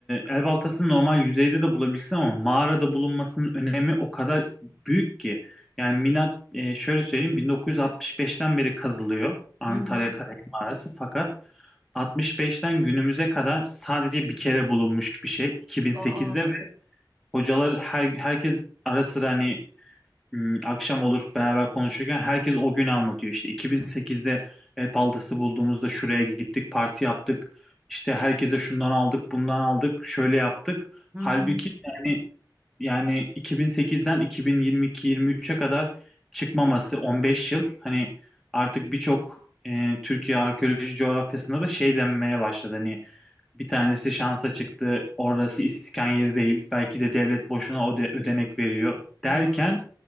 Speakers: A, in the centre; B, on the right.
A: el baltasını normal yüzeyde de bulabilirsin ama mağarada bulunmasının önemi o kadar büyük ki. Yani milat e, şöyle söyleyeyim 1965'ten beri kazılıyor Antalya
B: Hı hı.
A: Kaya Mağarası fakat 65'ten günümüze kadar sadece bir kere bulunmuş bir şey 2008'de
B: Aa.
A: ve hocalar her, herkes ara sıra hani Hmm, akşam olur beraber konuşurken herkes o günü anlatıyor. İşte 2008'de el baltası bulduğumuzda şuraya gittik, parti yaptık. İşte herkese şundan aldık, bundan aldık, şöyle yaptık.
B: Hı hı.
A: Halbuki yani yani 2008'den 2022-23'e kadar çıkmaması 15 yıl. Hani artık birçok e, Türkiye arkeoloji coğrafyasında da şey denmeye başladı. Hani bir tanesi şansa çıktı, orası iskan yeri değil. Belki de devlet boşuna öde- ödenek veriyor derken
B: Hı hı.